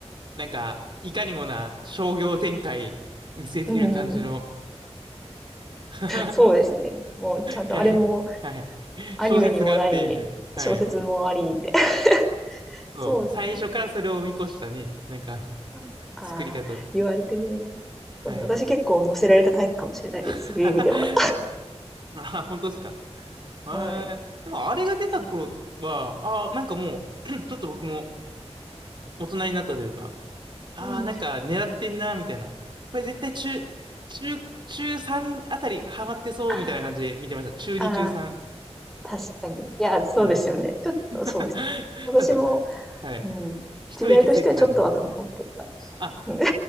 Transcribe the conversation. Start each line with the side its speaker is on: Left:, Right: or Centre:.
Right: なんか、いかにもな商業展開見据えてる感じの
Centre: うんうん。
Right: <laughs>
Centre: そうですね。もうちゃんとあれも
Right: キャラ、はい。
Centre: アニメにもなり、
Right: 小説があって、みたいな。
Centre: 小説もありって。
Right: はい。
Centre: <laughs>
Right: そう。
Centre: そうですね。
Right: 最初からそれを見越したね。なんか、あの、
Centre: ああー、
Right: 作り方。
Centre: 言われてみれば。そうですね。
Right: はい。
Centre: 私結構乗せられたタイプかもしれないです。
Right: <laughs>
Centre: そういう意味では。
Right: あ、本当ですか。えー、
Centre: <laughs> はい。
Right: でも、あれが出た頃は、
Centre: そう
Right: あー、なんかもう <clears throat> ちょっと僕も大人になったというか、ああ、
Centre: うん。
Right: なんか狙ってんな、みたいな。これ絶対中、中、中3あたりハマってそう、
Centre: あ
Right: みたいな感じで見てました。中2、
Centre: あ、ああ、
Right: 中3。
Centre: 確かに。いや、そうですよね。
Right: はい。<laughs>
Centre: ちょっとそうですね。
Right: そうな
Centre: 私も、
Right: んですよはい。
Centre: うん。
Right: 一息ついたタイミング。
Centre: 時代としてはちょっと後の方っていうか、
Right: はいあ、
Centre: うん。<laughs>